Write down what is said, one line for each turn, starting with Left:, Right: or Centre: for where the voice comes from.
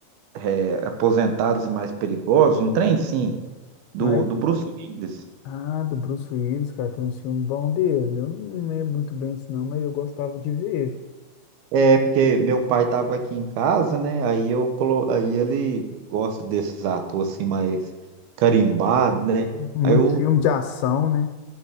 Right: é, aposentados e mais perigosos, um trem sim, do,
Left: Ah, é-
Right: do Bruce Willis.
Left: ah, do Bruce Willis, cara, tem uns filmes bons dele. Eu não lembro muito bem isso, não, mas eu gostava de ver.
Right: É, porque meu pai estava aqui em casa, né? Aí eu colo... aí ele gosta desses atores assim mais carimbado, né?
Left: Muito
Right: Aí eu
Left: filme de ação, né?